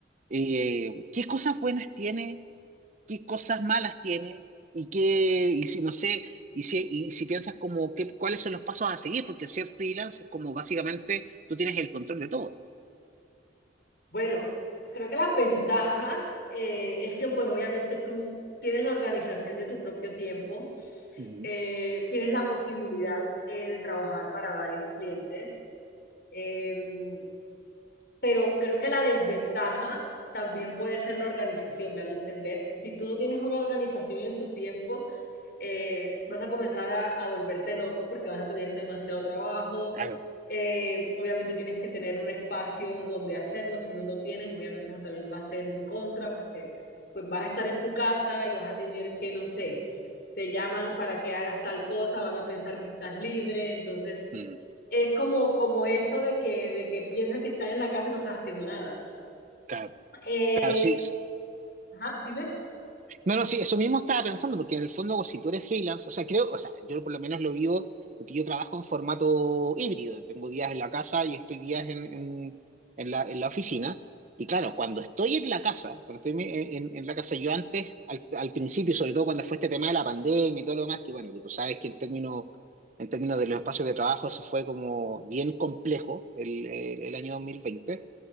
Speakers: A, on the right; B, on the left.
A: Eh, ¿qué cosas buenas tiene? qué cosas malas tiene y qué, y si no sé, y si, y si piensas como qué, cuáles son los pasos a seguir, porque ser freelance es como básicamente tú tienes el control de todo.
B: Bueno, creo que las ventajas eh, es que pues obviamente tú tienes la organización de tu propio tiempo,
A: Ujú.
B: eh, tienes la posibilidad eh, de trabajar para varios clientes. em, pero creo que la desventaja también puede ser la organización, me hago entender. Si tú no tienes una organización en tu tiempo, eh, vas a comenzar a, a volverte loco porque vas a tener demasiado trabajo.
A: Claro,
B: Eh, obviamente tienes que tener un espacio donde hacerlo, si no lo tienes, obviamente eso también va a ser un contra porque pues vas a estar en tu casa y vas a tener que, no sé, te llaman para que hagas tal cosa, van a pensar que estás libre, entonces
A: Mm,
B: es como, como eso de que, de que piensan que están en la casa y no estás haciendo nada.
A: claro,
B: Eh,
A: claro, sí, sí.
B: ajá, dime.
A: No, no, sí, eso mismo estaba pensando, porque en el fondo, pues, si tú eres freelance, o sea, creo, o sea, yo por lo menos lo vivo, porque yo trabajo en formato híbrido, tengo días en la casa y estoy días en, en, en la, en la oficina. Y claro, cuando estoy en la casa, cuando estoy en, en- en la casa, yo antes, al, al principio, sobre todo cuando fue este tema de la pandemia y todo lo demás, que bueno, que tú sabes que en términos, en términos de los espacios de trabajo, eso fue como bien complejo el, el el año dos mil veinte